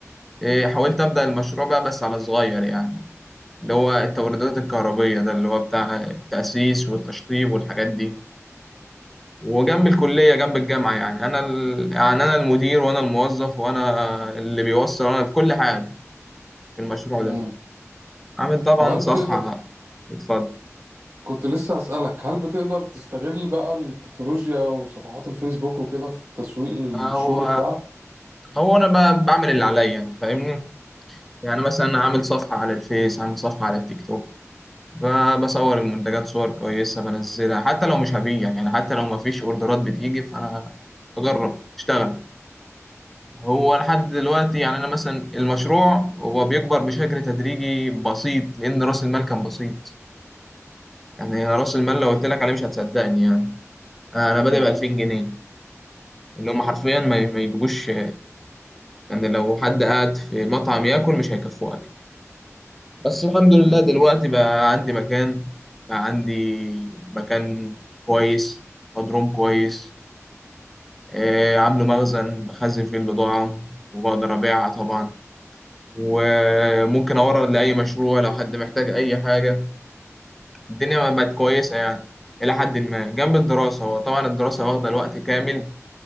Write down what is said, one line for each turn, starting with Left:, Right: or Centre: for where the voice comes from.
Centre: إيه حاولت أبدأ المشروع بقى بس على صغير يعني اللي هو التوريدات الكهربية ده اللي هو بتاع التأسيس والتشطيب والحاجات دي وجنب الكلية جنب الجامعة يعني أنا ال... يعني أنا المدير وأنا الموظف وأنا اللي بيوصل وأنا في كل حاجة في المشروع ده
Right: امم
Centre: عامل طبعا
Right: وهل
Centre: صفحة
Right: بتقدر
Centre: بقى اتفضل
Right: كنت لسه هسألك هل بتقدر تستغل بقى التكنولوجيا وصفحات الفيسبوك وكده في التسويق للشغل
Centre: هو
Right: بتاعك
Centre: هو أنا بقى بعمل اللي عليا يعني فاهمني يعني مثلا عامل صفحة على الفيس عامل صفحة على التيك توك ب- بصور المنتجات صور كويسة بنزلها حتى لو مش هبيع يعني حتى لو مفيش اوردرات بتيجي فأنا بجرب اشتغل هو لحد دلوقتي يعني أنا مثلا المشروع هو بيكبر بشكل تدريجي بسيط لأن رأس المال كان بسيط يعني أنا رأس المال لو قلت لك عليه مش هتصدقني يعني أنا
Right: امم
Centre: بادئ ب 2000 جنيه اللي هم حرفيا ما ما يجيبوش يعني لو حد قاعد في مطعم ياكل مش هيكفوه بس الحمد لله
Right: امم
Centre: دلوقتي بقى عندي مكان بقى عندي مكان كويس مضروم كويس آه، عامله مخزن بخزن فيه البضاعة وبقدر أبيعها طبعا وممكن أورد لأي مشروع لو حد محتاج أي حاجة الدنيا ما بقت كويسة يعني إلى حد ما جنب الدراسة وطبعا الدراسة واخدة الوقت كامل